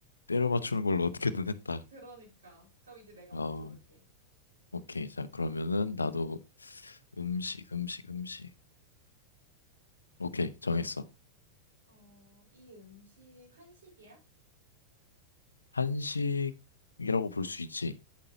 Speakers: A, on the left; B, on the right.
A: 때려 맞추는 걸 어떻게든 했다.
B: 그러니까. 그럼 이제 내가
A: 어...
B: 맞춰볼게.
A: 오케이. 자, 그러면은 나도 음식, 음식, 음식. 오케이, 정했어.
B: 어, 이 음식 한식이야?
A: 한식이라고 볼 수 있지.